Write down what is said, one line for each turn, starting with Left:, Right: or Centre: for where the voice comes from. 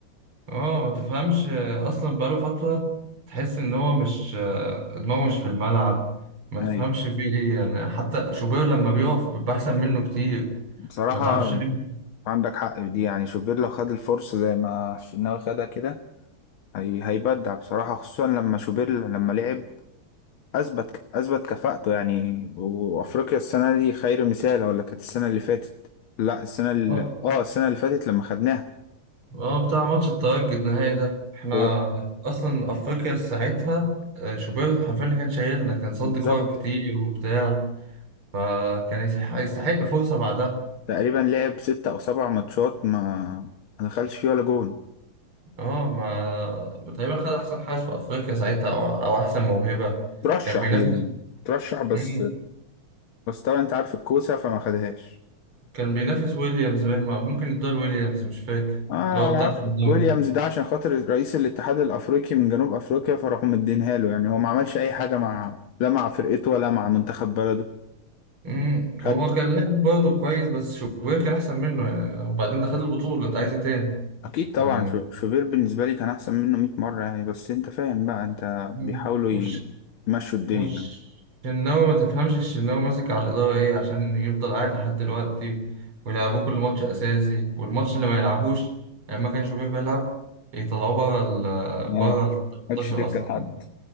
Right: اه ما تفهمش آه، اصلا بقاله فترة تحس ان هو مش آه، دماغه مش في الملعب ما
Left: ايوه
Right: تفهمش فيه ايه يعني حتى شوبير لما بيقف بيبقى احسن منه كتير
Left: بصراحة
Right: ما تعرفش ليه
Left: عندك حق في دي يعني شوبير لو خد الفرصة زي ما الشناوي خدها كده هي هيبدع بصراحة خصوصا لما شوبير لما لعب اثبت اثبت كفاءته يعني وافريقيا السنه دي خير مثال ولا كانت السنه اللي فاتت لا السنه اللي
Right: آه.
Left: اه السنه اللي فاتت لما خدناها
Right: اه بتاع ماتش الترجي النهائي ده احنا
Left: هو
Right: اصلا افريقيا ساعتها آه، شوبير حرفيا اللي كان شايلنا كان صد
Left: بالظبط
Right: كور كتير وبتاع فكان يستحق يستحق فرصة بعدها
Left: تقريبا لعب ستة او سبع ماتشات ما ما دخلش فيه ولا جون
Right: اه ما تقريبا خد احسن حارس في افريقيا ساعتها او, أو احسن موهبة
Left: ترشح
Right: كان بينافس
Left: لل ترشح بس
Right: مم.
Left: بس طبعا انت عارف الكوسه فما خدهاش
Right: كان بينافس ويليامز باين ما- ممكن يدور ويليامز مش فاكر
Left: اه
Right: اللي هو
Left: ما
Right: بتاع
Left: اعرفش
Right: سان داونز
Left: ويليامز ده عشان خاطر رئيس الاتحاد الافريقي من جنوب افريقيا فراحوا مدينها له يعني هو ما عملش اي حاجه مع لا مع فرقته ولا مع منتخب بلده
Right: مم.
Left: خد
Right: هو كان لاعب برضه كويس بس شوبير كان احسن منه يعني وبعدين ده خد البطولة انت عايز ايه تاني
Left: اكيد طبعا
Right: آه.
Left: شو- شوبير بالنسبه لي كان احسن منه 100 مره يعني بس انت فاهم بقى انت
Right: مم.
Left: بيحاولوا
Right: مش
Left: ي- يمشوا الدنيا
Right: مش
Left: يعني
Right: الشناوي ما تفهمش الشناوي ماسك على الإدارة إيه عشان يفضل قاعد لحد دلوقتي ويلعبوه كل ماتش أساسي والماتش اللي ما يلعبوش لما كان شوبير بيلعب يطلعوه بره ال
Left: اه
Right: بره ال 18
Left: محدش يركب
Right: أصلا
Left: لحد
Right: ده.